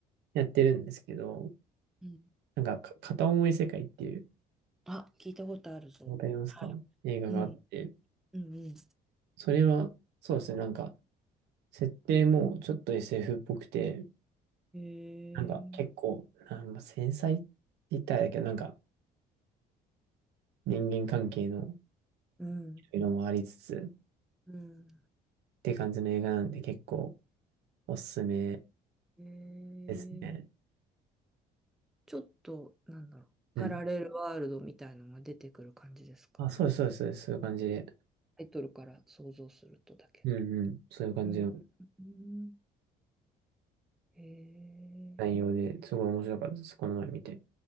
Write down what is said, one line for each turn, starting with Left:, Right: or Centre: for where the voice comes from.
Right: やってるんですけど、
Centre: うん。
Right: なんか、か片思い世界っていう、
Centre: あ、聞いたことあるぞ。
Right: わかりますか映画があって、
Centre: はい。うん。うんう
Right: それは、そうですね、なんか、設定もちょっと SF っぽくて、
Centre: ん。へ
Right: なんか、結構、
Centre: え。
Right: あまあ、繊細って言ったらあれだけど、なんか、人間関係の
Centre: うん。
Right: 色もありつつ、
Centre: うん。
Right: って感じの映画なんで、結構、おすすめ
Centre: へえ。
Right: ですね。
Centre: ちょっと、なんだろう。
Right: うん
Centre: パラレルワールドみたいのが出てくる感じですか。
Right: あ、そうです、そうです、そうです、そういう感じで。
Centre: タイトルから想像するとだけど。
Right: うんうん。そういう感じの
Centre: うん。うんへえ。
Right: 内容で、すごい面白かったです、この前見て。